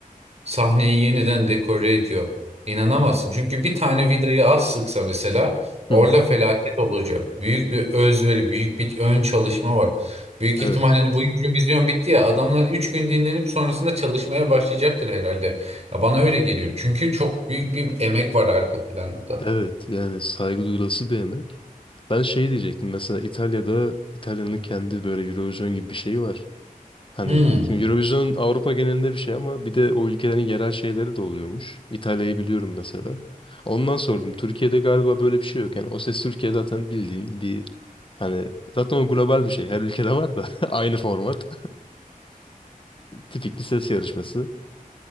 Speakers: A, on the right; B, on the left.
A: sahneyi yeniden dekore ediyor. İnanamazsın. Çünkü bir tane vidayı az sıksa mesela orada
B: Hı hı.
A: felaket olacak. Büyük bir özveri, büyük bir ön çalışma var. Büyük
B: Evet.
A: ihtimalle hani bu Eurovision bitti ya adamlar 3 gün dinlenip sonrasında çalışmaya başlayacaktır herhalde. Ya bana öyle geliyor. Çünkü çok büyük bir emek var arka planda.
B: Evet yani saygı duyulası bir yemek. Ben şey diyecektim mesela İtalya'da İtalya'nın kendi böyle Eurovision gibi bir şeyi var. Hani
A: Hmm.
B: şimdi Eurovision Avrupa genelinde bir şey ama bir de o ülkelerin yerel şeyleri de oluyormuş. İtalya'yı biliyorum mesela. Ondan sordum. Türkiye'de galiba böyle bir şey yok. Yani O Ses Türkiye zaten bildiğin bir hani zaten o global bir şey. Her ülkede var da <laughs> aynı format. <laughs> Tipik bir ses yarışması.